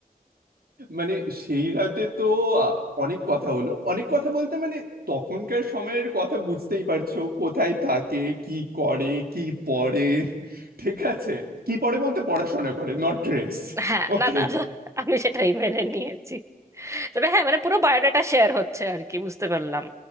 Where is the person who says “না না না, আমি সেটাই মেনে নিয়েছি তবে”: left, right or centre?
Right